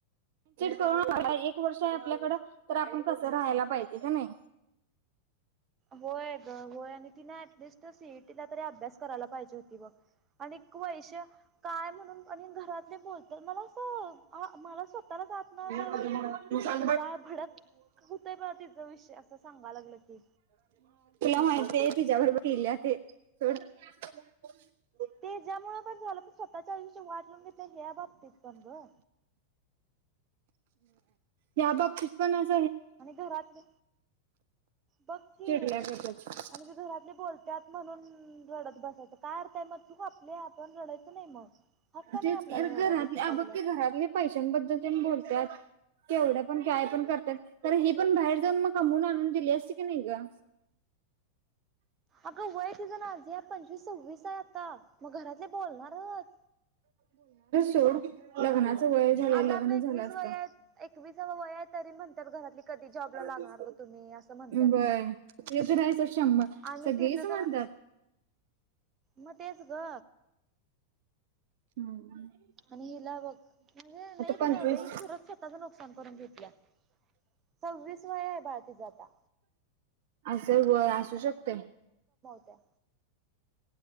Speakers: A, on the right; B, on the right.
A: करून एक वर्ष आहे, आपल्याकड तर आपण कस राहायला पाहिजे, कणी
B: होय ग होय आणि ती नाही सीईटीला तरी अभ्यास करायला पाहिजे हो बघ आणि वैष्य काय म्हणून आणि घरातले बोलत्यात मला अस मला स्वतःलाच
A: <unintelligible>
B: आतन असं
A: म तुला
B: जाळ भडक होतय बघ तिचा विषय असं सांगा लागलं की
A: माहिती आहेय तिच्या्याबरोबर केले <unintelligible>
B: ते ज्यामुळ पण झालं पण स्वतःच्या आयष्या वाट लावून घेतलं हे या बाबतीत पण ग.
A: या बाबतीत पण अस.
B: आणि घरातले बघ की
A: चिडल्या गतच
B: आणि त घरातले बोलते. त्यात म्हणून रडत बसायचं काय अर्थ हाय मग चुक आपली हायं आपणं रडायचं नाही मग हक्क
A: तेच
B: नाही आपल्याला
A: घरात
B: रडायचा चूक आपली
A: बघ
B: असल्यावर.
A: ते घरातले पैशांबद्दल तेन बोलत्यात. केवढं पण काय पण करत्यात. तर ही पण बाहेर जाऊन मग कमवून आणून दिली असती कीणै ग.
B: अग व्हय. तिच ना <unintelligible> पंचवीस सव्वीस हाय आत्ता. मग घरातले बोलणारच.
A: <unintelligible>
B: आता
A: लग्न
B: आपलं एकवीस
A: झालं असत
B: वय हाय. एकविसाव वय हाय तरी म्हण तर घरातली
A: <unintelligible>
B: कधी जॉबला लागणार ग
A: व्हय
B: तुम्ही असं म्हणतात.
A: ते तर हाय शंभर.
B: आणि
A: सगळीच
B: तिचं
A: म्हणत्यात.
B: तर मग तेच ग.
A: हूं
B: आणि हिला बघ. म्हणजे लई
A: पंचवीस
B: मंजे लईच खरंच स्वतःच नुकसान करून घेतलीयास. सव्वीस वय हाय बाळ तुज आता.
A: असं व्हय, असू शकतय.
B: या.